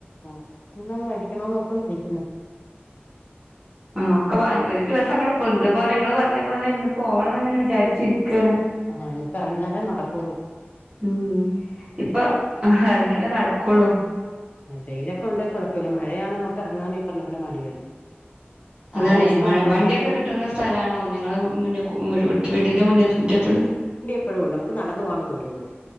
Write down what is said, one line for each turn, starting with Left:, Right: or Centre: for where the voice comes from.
Left: ആഹ് ക്ക് ന്ന് വേടിക്കണോന്ന് ഒറപ്പ് <unintelligible> ന്ന്
Right: ആഹ് ഒക്കെ വാങ്ങ് ഒര് ദിവസങ്ങട്ട് പൊന്ത. ത്‌പോലെ ങ്ങള് പർഞ്ഞ പോലെ ഇന്ന് പോകണംന്നങ്ങനെ വിചാരിച്ചിരിക്കാണ്.
Left: ആഹ് ഇന്നിപ്പെറങ്ങിയാലേ നടക്കോളൂ.
Right: ഉം ഇപ്പൊ എറങ്ങിയാലേ നട കൊള്ളൂ
Left: ടെയ്ലിയൊക്കെ ഒണ്ടേ കൊഴപ്പല്ല. മഴയാണെ നമുക്ക് എറങ്ങാനും ഈ പർഞ്ഞ പോലെ മടി വരും. കാലാവസ്ഥ
Right: അതാണേ. മഴ
Left: നല്ലയാണെ
Right: വണ്ടിയൊക്കെ
Left: തന്നെ
Right: കിട്ടുന്ന സ്ഥലാണോ നിങ്ങള് മുന്ന് ക്കൂ വീട്ൻ്റെ മുന്നത്ത് മുറ്റത്ത്?
Left: പ്പഴുണ്ട്. നമുക്ക് നടന്ന് പോവാൻ ള്ളെ ദൂരൊള്ളു